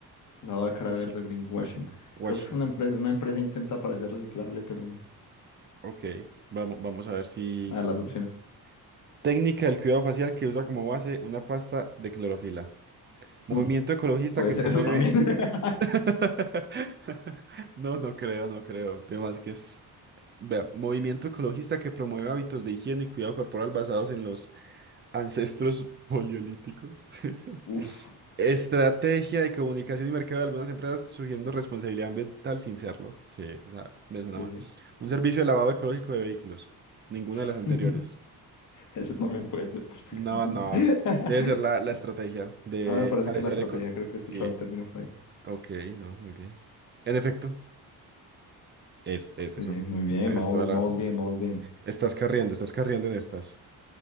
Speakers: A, on the left; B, on the right.
A: Lavado de cara
B: Washing.
A: verde, greenwashing.
B: Washing. Washing.
A: Creo que es una empresa,
B: ajá.
A: una empresa intenta parecer reciclable, pero
B: Ok. Vamos, vamos a ver si,
A: a
B: si-
A: ver, las
B: si.
A: opciones. <laughs>
B: Técnica del cuidado facial que usa como base una pasta de clorofila. Movimiento
A: Hmm,
B: ecologista
A: Puede
B: que
A: ser
B: promueve.
A: eso también. <laughs>
B: <laughs> No, no creo, no creo. Temas que es, vea, movimiento ecologista que promueve hábitos de higiene y cuidado corporal basados en los ancestros paleolíticos. <laughs>
A: Uf,
B: Estrategia de comunicación y mercado de algunas empresas sugiriendo responsabilidad ambiental sin serlo. Sí, o sea, me suena
A: sí,
B: mal. Un servicio de lavado ecológico de vehículos. Ninguna
A: sí.
B: de las anteriores.
A: <laughs> Ese también puede ser perfectamente.
B: No, no. Debe
A: <laughs>
B: ser la, la estrategia de
A: A mí me parece
B: parecer
A: que la estrategia,
B: eco.
A: creo que he
B: Sí,
A: escuchado el término por ahí.
B: ok, no, muy bien. En efecto. Es, es eso.
A: Sí, sí, muy bien,
B: Es
A: vamos,
B: toda la...
A: vamos bien, vamos bien.
B: Estás carriendo, estás carriendo en estas.